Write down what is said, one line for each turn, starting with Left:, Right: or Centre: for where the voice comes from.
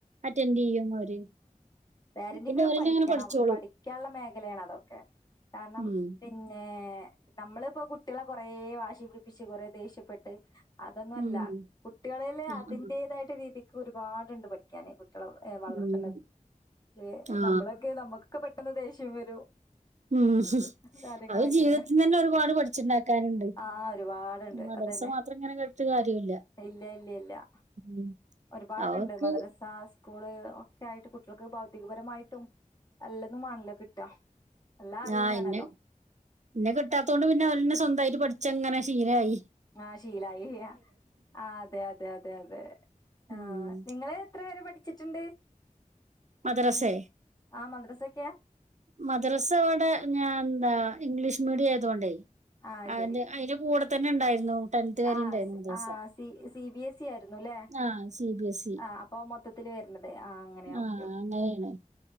Right: അറ്റൻഡ്യ്യും അവര്.
Left: പേരന്റിങ്ങൊക്കെ
Right: പിന്നെ അവരെല്ലാം
Left: പഠിക്കണം,
Right: അങ്ങനെ പഠിച്ചോളും
Left: പഠിക്കാള്ള മേഖലയാണ് അതൊക്കെ കാര്ണം
Right: ഉം
Left: പിന്നെ നമ്മള്പ്പോ കുട്ട്യാളെ കൊറെ വാശി പിടിപ്പിച്ച് കൊറേ ദേഷ്യപ്പെട്ട് അതൊന്നുല്ല
Right: ഉം
Left: കുട്ട്യാളേല്
Right: ആ ആ
Left: അതിന്റെതായിട്ട് രീതിക്ക് ഒരുപാടുണ്ട് പഠിക്കാനേ കുട്ട്യാള ഏ വളർത്ത്ണത്
Right: ഉം
Left: ഏ
Right: ആ
Left: നമ്മളൊക്കെ നമ്മക്കൊക്കേ പെട്ടെന്ന് ദേഷ്യം വരും.
Right: ഉം
Left: കാര്യങ്ങളൊക്കെയാണ്
Right: അത് ജീവിതത്തിതന്നെ ഒരുപാട് പഠിച്ച്ണ്ടാക്കാന്ണ്ട്
Left: ആഹ് ഒരുപാടുണ്ട്
Right: മദ്രസ
Left: അതന്നെ
Right: മാ അത്ര ഇങ്ങനെ കേട്ത്ത് കാര്യല്ലാ.
Left: ഇല്ല ഇല്ല ഇല്ലാ.
Right: ഉം
Left: ഒരുപാട്ണ്ട്
Right: അവർക്ക്
Left: മദ്രസാ സ് സ്കൂള് ഒക്കെ ആയിട്ട് കുട്ട്യാൾക്ക് ഭൗതികപരമായിട്ടും അല്ലന്നും ആണല്ലോ കിട്ടാ. എല്ലാ അറിവും
Right: ആഹ്
Left: വേണല്ലോ
Right: ഇന്നെ, ഇന്നെ കിട്ടാത്തോണ്ട് പിന്നെ അവരന്നെ സ്വന്തായിട്ട് പഠിച്ചങ്ങനെ ശീലമായി
Left: ആഹ് ശീലായില്ല ആഹ് അതെ അതെ അതെ അതെ
Right: ഉം
Left: ആഹ് നിങ്ങളെത്ര വരെ പഠിച്ചി ച്ചിട്ട്ണ്ട്?
Right: മദ്രസെ
Left: ആഹ് മദ്രസെക്കെ
Right: മദ്രസ ഇവടെ ഞാൻ എന്താ ഇംഗ്ലീഷ് മീഡിയായതോണ്ടേ
Left: ആഹ്
Right: അയിന്റെ
Left: ശരി
Right: അതിന്റെ കൂടെ തന്നെ ഇണ്ടായിരുന്നു ടെൻത്ത് വരെ
Left: ആഹ്
Right: ഇണ്ടായിരുന്നു
Left: സി
Right: മദ്രസ
Left: ആഹ്
Right: ദിവസം
Left: C C B S E ആയിരുന്നു അല്ലേ
Right: ആഹ് സി ബി എസ് ഇ
Left: ആഹ് അപ്പൊ മൊത്തത്തില് വരുന്നത് ആഹ് അങ്ങനെ
Right: ആഹ്
Left: ഓക്കെ ഓക്കെ
Right: അങ്ങനെണ്